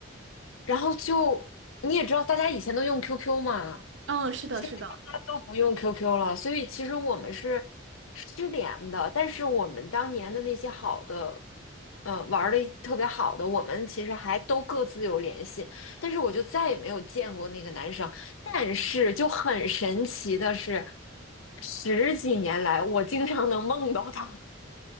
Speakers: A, on the left; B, on the right.
A: 然后就你也知道，大家以前都用 QQ 嘛，
B: 嗯，是的，
A: 现在大家都不用
B: 是的。
A: QQ 了，所以其实我们是失联的。但是我们当年的那些好的，嗯，玩的特别好的，我们其实还都各自有联系。但是我就再也没有见过那个男生。但是就很神奇的是，十几年来我经常能梦到他。